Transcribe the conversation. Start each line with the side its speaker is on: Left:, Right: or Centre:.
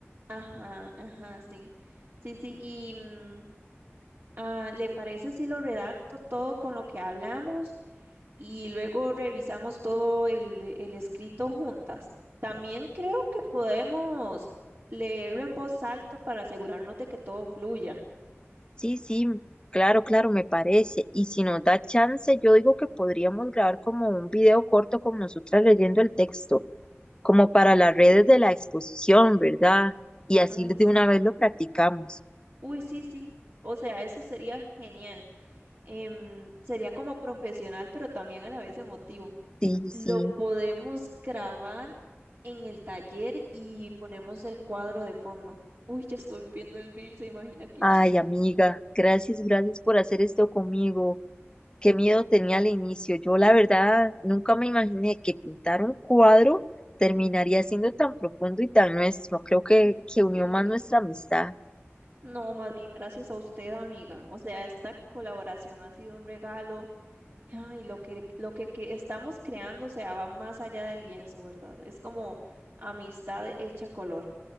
Right: ajá, ajá, sí. Sí, sí, y mm, ah, ¿le parece si lo redacto todo con lo que hablamos? y luego revisamos todo el, el escrito juntas. También creo que podemos leerlo en voz alta para asegurarnos de que todo fluya.
Left: Sí, sí, claro, claro, me parece. Y si nos da chance, yo digo que podríamos grabar como un video corto con nosotras leyendo el texto, como para las redes de la exposición, ¿verdad? Y así
Right: Ay,
Left: de
Right: sí.
Left: una vez lo practicamos.
Right: Uy, sí, sí. O sea, eso sería genial. Em, sería como profesional, pero también a la vez emotivo.
Left: Sí,
Right: Lo
Left: sí.
Right: podemos grabar en el taller y ponemos el cuadro de fondo. Uy, ya estoy viendo el reel, se imagina qué
Left: Ay,
Right: chido.
Left: amiga, gracias, gracias por hacer esto conmigo. Qué miedo tenía al inicio. Yo, la verdad, nunca me imaginé que pintar un cuadro terminaría siendo tan profundo y tan nuestro. Creo que,
Right: Oh, sí.
Left: que unió más nuestra amistad.
Right: No, más bien gracias a usted, amiga. O sea, esta colaboración ha sido un regalo. Ay, lo que, lo que, que estamos creando, o sea, va más allá del lienzo, ¿verdad? Es como amistad hecha color.